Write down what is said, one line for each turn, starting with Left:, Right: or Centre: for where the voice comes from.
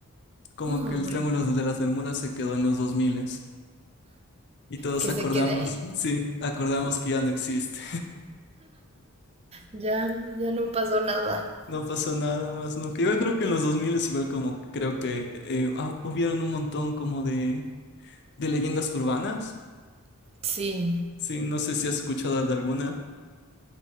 Left: Como
Right: Ah,
Left: que el
Right: bueno.
Left: Triángulo de las Bermudas se quedó en los 2000 y todos
Right: Que
Left: acordamos,
Right: se quede ahí.
Left: sí, acordamos que ya no existe.
Right: Ya, ya no pasó nada.
Left: No pasó nada más nunca. Igual creo que en los 2000 es igual como creo que eh, ah, hubieron un montón como de, de leyendas urbanas.
Right: Sí.
Left: Sí, no sé si has escuchado de alguna.